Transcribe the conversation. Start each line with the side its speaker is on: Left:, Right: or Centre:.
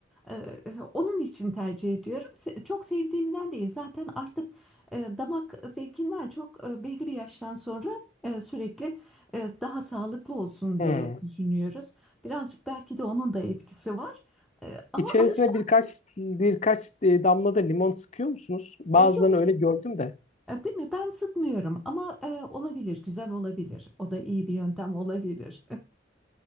Centre: E, e, onun için tercih ediyorum. Se- Çok sevdiğimden değil zaten artık e, damak zevkinden çok e, belli bir yaştan sonra e, sürekli e, daha sağlıklı olsun
Left: Hmm.
Centre: diye düşünüyoruz. Birazcık belki de onun da etkisi var. E, ama
Left: İçerisine
Centre: alış
Left: birkaç birkaç e, damla da limon sıkıyor musunuz? Bazılarını
Centre: e, yok.
Left: öyle gördüm de.
Centre: E, Değil mi? Ben sıkmıyorum ama e, olabilir, güzel olabilir. O da iyi bir yöntem olabilir. <laughs>